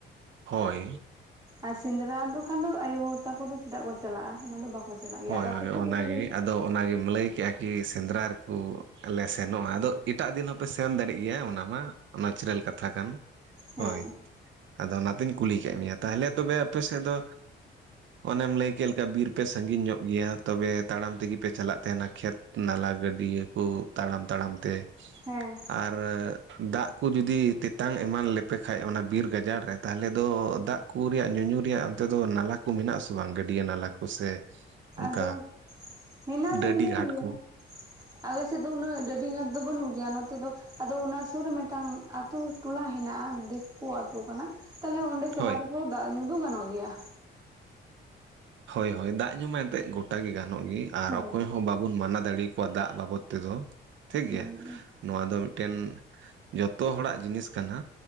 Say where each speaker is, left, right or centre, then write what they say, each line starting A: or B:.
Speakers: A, on the right; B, on the right.
A: ᱦᱳᱭ,
B: ᱟᱨ ᱥᱮᱸᱫᱽᱨᱟ ᱫᱚ ᱠᱷᱟᱱ ᱫᱚ ᱟᱭᱳ ᱛᱟᱠᱚᱫᱚ ᱪᱮᱫᱟᱜ ᱠᱚ ᱪᱟᱞᱟᱜᱼᱟ ᱚᱱᱟ ᱫᱚ ᱵᱟᱠᱚ ᱪᱟᱞᱟᱜ ᱜᱮᱭᱟ
A: ᱦᱳᱭ
B: ᱟᱨ ᱟᱯᱮ
A: ᱦᱳᱭ
B: ᱥᱮᱫ
A: ᱚᱱᱟᱜᱮ
B: ᱫᱚ ᱛᱟᱦᱚᱞᱮ,
A: ᱟᱫᱚ ᱚᱱᱟᱜᱮᱢ ᱞᱟᱹᱭ ᱠᱮᱫᱟ ᱠᱤ ᱥᱮᱸᱫᱽᱨᱟ ᱨᱮᱠᱚ ᱞᱮ ᱥᱮᱱᱚᱜᱼᱟ ᱟᱫᱚ ᱮᱴᱟᱜ ᱫᱤᱱ ᱦᱚᱸᱯᱮ ᱥᱮᱱ ᱫᱟᱲᱮᱭᱟᱜ ᱜᱮᱭᱟ ᱚᱱᱟ ᱢᱟ᱾ ᱱᱮᱪᱟᱨᱮᱞ ᱠᱟᱛᱷᱟ ᱠᱟᱱ
B: ᱦᱮᱸ
A: ᱦᱳᱭ᱾ ᱟᱫᱚ ᱚᱱᱟᱛᱤᱧ ᱠᱩᱞᱤ ᱠᱮᱫ ᱢᱮᱭᱟ ᱛᱟᱦᱚᱞᱮ ᱛᱚᱵᱮ ᱟᱯᱮ ᱥᱮᱫ ᱫᱚ ᱚᱱᱮᱢ ᱞᱟᱹᱭ ᱠᱮᱫ ᱞᱮᱠᱟ ᱵᱤᱨ ᱯᱮ ᱥᱮᱫ, ᱥᱟᱺᱜᱤᱧ ᱧᱚᱜ ᱜᱮᱭᱟ ᱛᱚᱵᱮ ᱛᱟᱲᱟᱢ ᱛᱮᱜᱮ ᱯᱮ ᱪᱟᱞᱟᱜ ᱛᱟᱦᱮᱱᱟ ᱠᱷᱮᱛ ᱱᱟᱞᱟ ᱜᱟᱹᱰᱤᱭᱟᱹ ᱠᱚ, ᱛᱟᱲᱟᱢ ᱛᱟᱲᱟᱢ ᱛᱮ᱾
B: ᱦᱮᱸ,
A: ᱟᱨ ᱫᱟᱜᱽ ᱠᱚ ᱡᱩᱫᱤ ᱛᱮᱛᱟᱝ ᱮᱢᱟᱱ ᱞᱮᱯᱮ ᱠᱷᱟᱭ ᱚᱱᱟ ᱵᱤᱨ ᱜᱟᱡᱟᱲ ᱨᱮ ᱛᱟᱦᱚᱞᱮ ᱫᱚ ᱫᱟᱜᱽ, ᱠᱩ ᱨᱮᱭᱟᱜ ᱧᱩᱧᱩ ᱨᱮᱭᱟᱜ ᱚᱱᱛᱮ ᱫᱚ ᱱᱟᱞᱟ ᱠᱚ ᱢᱮᱱᱟᱜᱼᱟ ᱥᱮ ᱵᱟᱝ ᱜᱟᱹᱰᱭᱟᱹ ᱱᱟᱞᱟ ᱠᱚ ᱥᱮ ᱚᱱᱠᱟ
B: ᱟᱫᱚ ᱦᱮᱱᱟᱜ ᱫᱚ
A: ᱰᱟᱹᱰᱤ
B: ᱦᱮᱱᱟᱜ
A: ᱜᱷᱟᱴ
B: ᱜᱮᱭᱟ᱾
A: ᱠᱚ
B: ᱟᱞᱮ ᱥᱮᱫ ᱫᱚ ᱩᱱᱟᱹᱜ ᱰᱟᱹᱰᱤ ᱜᱷᱟᱴ ᱫᱚ ᱵᱟᱹᱱᱩᱜ ᱜᱮᱭᱟ ᱱᱚᱛᱮ ᱫᱚ, ᱟᱫᱚ ᱚᱱᱟ ᱥᱩᱨ ᱨᱮ ᱢᱤᱫᱴᱟᱝ ᱟᱛᱳ ᱴᱚᱞᱟ ᱦᱮᱱᱟᱜᱼᱟ ᱫᱤᱠᱩ ᱟᱛᱳ ᱠᱟᱱᱟ ᱛᱟᱦᱞᱮ ᱚᱸᱰᱮ ᱪᱟᱞᱟᱣ
A: ᱦᱳᱭ
B: ᱨᱮᱦᱚᱸ ᱫᱟᱜᱽ ᱧᱩ ᱫᱚ ᱜᱟᱱᱚᱜ ᱜᱮᱭᱟ᱾
A: ᱦᱳᱭ ᱦᱳᱭ ᱫᱟᱜᱽ ᱧᱩ ᱢᱟ ᱮᱱᱛᱮᱫ ᱜᱚᱴᱟ ᱜᱮ ᱜᱟᱱᱚᱜ ᱜᱮ ᱟᱨ
B: ᱦᱮᱸ
A: ᱚᱠᱚᱭ ᱦᱚᱸ ᱵᱟᱵᱚᱱ ᱢᱟᱱᱟ ᱫᱟᱲᱮᱭᱟᱠᱚ, ᱣᱟᱜ ᱫᱟᱜᱽ ᱵᱟᱵᱚᱫ ᱛᱮᱫᱚ ᱴᱷᱤᱠ
B: ᱦᱩᱸ
A: ᱜᱮᱭᱟ᱾ ᱱᱚᱣᱟ ᱫᱚ ᱢᱤᱫᱴᱮᱱ ᱡᱚᱛᱚ ᱦᱚᱲᱟᱜ ᱡᱤᱱᱤᱥ ᱠᱟᱱᱟ